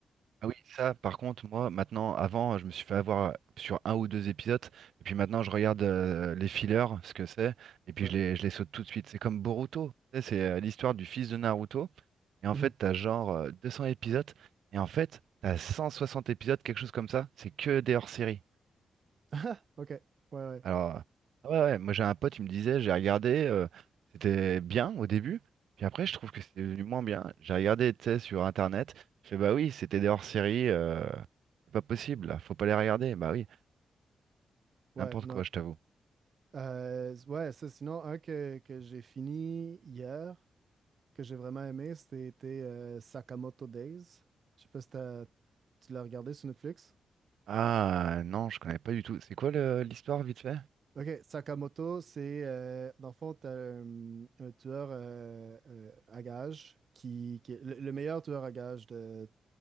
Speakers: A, on the right; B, on the right.
A: Ah oui, ça, par contre, moi, maintenant, avant, je me suis fait avoir sur un ou deux épisodes, et puis maintenant, je regarde euh, les fillers, ce que c'est, et puis
B: Ouais.
A: je les, je les saute tout de suite. C'est comme Boruto, tu sais, c'est euh, l'histoire du fils de Naruto, et en
B: Mhm.
A: fait, t'as genre euh, 200 épisodes, et en fait, t'as 160 épisodes, quelque chose comme ça, c'est que des hors-séries.
B: <laughs> ok. Ouais, ouais.
A: Alors, euh, ah ouais, ouais, moi j'ai un pote, il me disait, j'ai regardé, euh, c'était bien au début, puis après je trouve que c'est devenu moins bien. J'ai regardé, tu sais, sur internet, je fais bah oui, c'était des hors-séries, euh, c'est pas possible, là, faut pas les regarder, bah oui,
B: Ouais,
A: n'importe
B: non.
A: quoi, je t'avoue.
B: Euh, ouais, ça, sinon, un que, que j'ai fini hier. que j'ai vraiment aimé, c'était euh, Sakamoto Days. Je sais pas si t'as- tu l'as regardé sur Netflix.
A: Ah non, je connais pas du tout. C'est quoi le- l'histoire vite fait?
B: Ok, Sakamoto, c'est euh, dans le fond, t'as un, un tueur euh, euh, à gages qui, qui est le, le meilleur tueur à gages de-